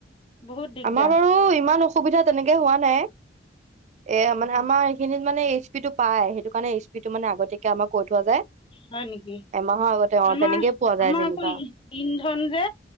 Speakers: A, on the left; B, on the right.
A: বহুত দিগদাৰ
B: আমাৰ বাৰু ইমান অসুবিধা তেনেকে হোৱা নাই এ
A: অঁ
B: মানে আমাৰ এইখিনিত মানে স্পীডটো পায় সেইটো কাৰণে স্পীডটো মানে আগীয়াকে আমাৰ কৈ থোৱা যায়
A: হয় নেকি
B: এমাহৰ আগতে অ
A: আমাৰ
B: তেনেকেই পোৱা যায়
A: আমাৰ
B: যেনিবা
A: আকৌ ইন্ধন যে